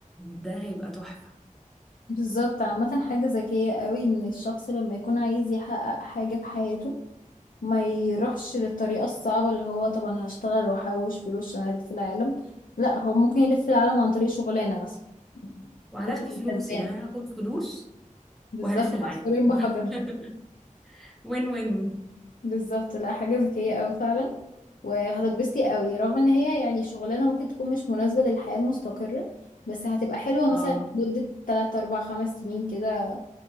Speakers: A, in the centre; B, on the left (about 85°).
A: ده هيبقى تحفة
B: بالظبط عامة حاجة ذكية قوي ان الشخص لما يكون عايز يحقق حاجة في حياته ما يروحش للطريقة الصعبة اللي هو طب انا هشتغل واحوش فلوس عشان الف العالم لا هو ممكن يلف العالم عن طريق شغلانة مثلا
A: وهتاخدي
B: كده يبقى
A: فلوس
B: كسبان
A: يعني أنا هاخد فلوس
B: بالظبط
A: وهلف العالم
B: عصفورين
A: <laughs>
B: بحجر
A: وين وين
B: بالظبط لا حاجة ذكية أوي فعلا وهتتبسطي أوي رغم إن هي يعني شغلانة ممكن تكون مش مناسبة للحياة المستقرة بس هتبقى حلوة
A: اه
B: مثلا مدة تلات أربع خمس سنين كده